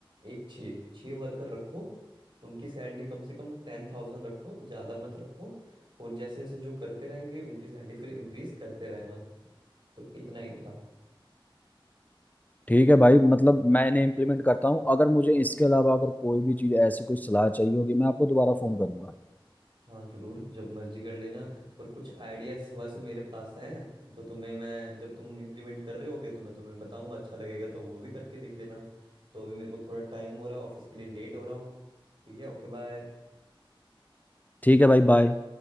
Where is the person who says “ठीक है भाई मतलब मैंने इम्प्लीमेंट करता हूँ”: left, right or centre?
Left